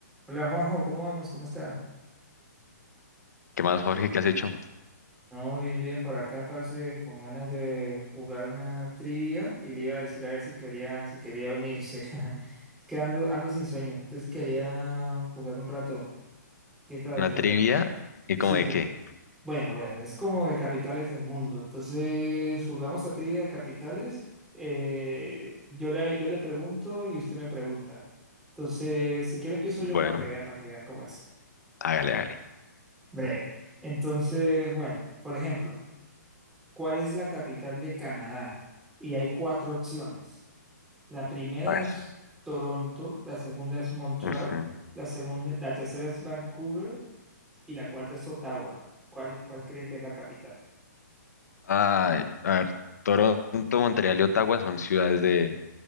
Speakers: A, in the centre; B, on the left.
A: Hola Juanjo, ¿cómo vamos? ¿Cómo está?
B: ¿Qué más, Jorge? ¿Qué has hecho?
A: No, bien, bien, por acá pasé con ganas de jugar una trivia y le iba a decir a ver si quería, si quería unirse. <laughs> Es que ando, ando sin sueño, entonces quería jugar un rato. ¿Qué tal?
B: ¿Una
A: ¿Qué
B: trivia?
A: tal?
B: ¿Y
A: Sí,
B: como de
A: sí.
B: qué?
A: Bueno, bueno, es como de capitales del mundo. Entonces, jugamos a trivia de capitales. eh, yo le, yo le pregunto y usted me pregunta. Entonces, si quiere empiezo
B: Bueno,
A: yo para que vea, para que vea cómo es.
B: hágale, hágale.
A: Breve. Entonces, bueno, por ejemplo. ¿Cuál es la capital de Canadá? Y hay cuatro opciones. La primera
B: A ver.
A: es Toronto, la segunda es Montreal,
B: Ujú.
A: la segunda, la tercera es Vancouver y la cuarta es Ottawa. ¿Cuál, cuál cree que es la capital?
B: Ay, a ver, Toronto, Montreal y Ottawa son ciudades de,